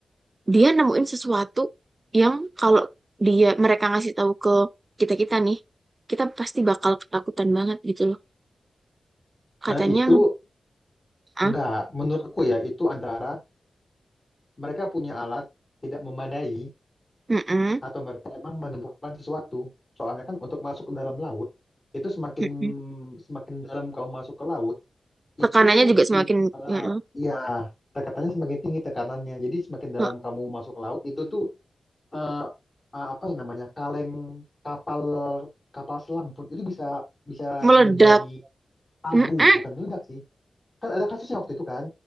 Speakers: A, on the right; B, on the left.
A: dia nemuin sesuatu yang kalau dia mereka ngasih tahu ke kita kita nih kita pasti bakal ketakutan banget gitu loh katanya
B: Nah, itu
A: ah
B: enggak, menurut aku ya, itu antara mereka punya alat tidak memadai
A: mm-mm,
B: atau mereka emang menemukan sesuatu. Soalnya kan untuk masuk ke dalam laut, itu semakin
A: mm-mm."
B: semakin dalam kamu masuk ke laut, itu
A: tekanannya juga
B: si
A: semakin
B: eh,
A: mm-mm,
B: ya tekatannya semakin tinggi tekanannya. Jadi semakin dalam
A: mm,
B: kamu masuk ke laut, itu tuh eh, apa yang namanya kaleng kapal kapal selam pun itu bisa bisa
A: meledak
B: menjadi abu
A: Mm-mm.
B: bukan meledak sih kan ada kasusnya waktu itu kan